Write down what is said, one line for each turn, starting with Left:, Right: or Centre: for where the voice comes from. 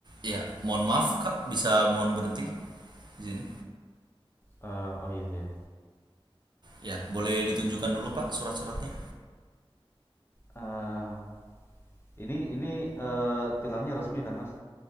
Right: Ya, mohon maaf Kak, bisa mohon berhenti di sini.
Left: Eh, oh iya iya.
Right: Ya, boleh ditunjukkan dulu Pak surat-suratnya.
Left: Eh, ini ini eh, tilangnya resmi kan Mas?